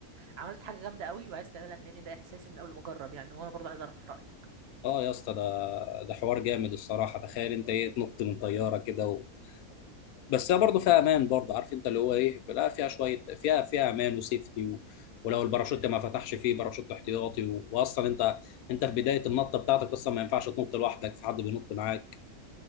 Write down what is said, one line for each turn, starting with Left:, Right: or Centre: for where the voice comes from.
Right: عملت حاجه جامده قوي وعايز تعملها تاني ده احساسي من اول ما اجرب يعني وانا برضه عايز اعرف رايك
Left: اه يا اسطى ده ده حوار جامد الصراحه تخيل انت ايه تنط من طياره كده و... بس هي برضه فيها امان برضه عارف انت اللي هو ايه لا فيها شويه فيها فيها امان وسيفتي و... ولو الباراشوت ما فتحش فيه باراشوت احتياطي و... واصلا انت انت في بدايه النطه بتاعتك اصلا ما ينفعش تنط لوحدك في حد بينط معاك